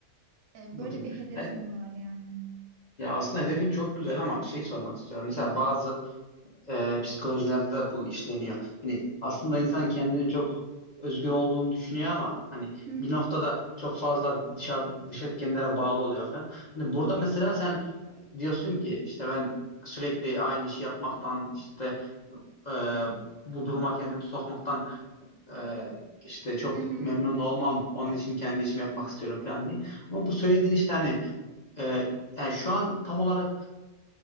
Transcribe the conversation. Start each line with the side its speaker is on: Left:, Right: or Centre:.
Right: E,
Left: anladım.
Right: böyle bir hedefim
Left: Ya,
Right: var yani.
Left: ya aslında hedefin çok güzel ama şey sormak istiyorum. Mesela bazı e, psikolojilerde de bu işleniyor. Hani aslında insan kendini çok özgür olduğunu düşünüyor ama hani
Right: Hı hı.
Left: bir noktada çok fazla dışarı dış etkenlere bağlı oluyor falan. Hani burada mesela sen diyorsun ki işte ben sürekli aynı işi yapmaktan işte e, bu duruma kendimi sokmaktan e, işte çok
Right: Hı hı.
Left: memnun olmam. Onun için kendi işimi yapmak istiyorum falan diye. Ama bu söylediğin işte hani e, yani şu an tam olarak